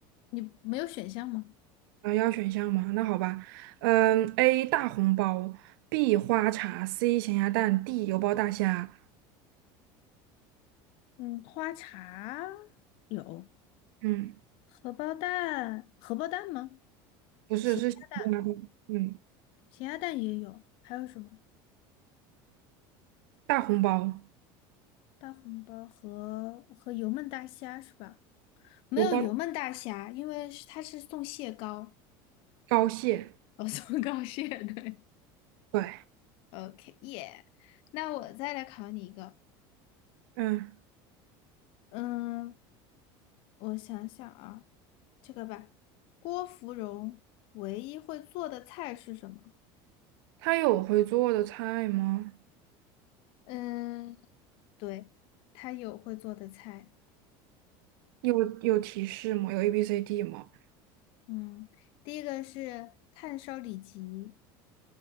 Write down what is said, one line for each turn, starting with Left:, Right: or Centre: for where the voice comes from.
Left: 你没有选项吗？
Right: 啊，要选项吗？那好吧，嗯，A 大红包，B 花茶，C 咸鸭蛋，D 油包大虾。
Left: 嗯，花茶有，
Right: 嗯，
Left: 荷包蛋，荷包蛋吗？
Right: 不是，
Left: 咸鸭蛋，
Right: 是咸鸭蛋。嗯，
Left: 咸鸭蛋也有，还有什么？
Right: 大红包，
Left: 大红包和和油焖大虾是吧？没有油焖大虾，
Right: 油包
Left: 因为是它是送蟹膏，
Right: 高蟹。
Left: 哦，<laughs> 送膏蟹，对。
Right: 对，
Left: OK，耶、那我再来考你一个，
Right: 嗯，
Left: 嗯，我想想啊，这个吧，郭芙蓉唯一会做的菜是什么？
Right: 它有会做的菜吗？
Left: 嗯，对，她有会做的菜。
Right: 有有提示吗？有 A B C D 吗？
Left: 嗯，第一个是炭烧里脊，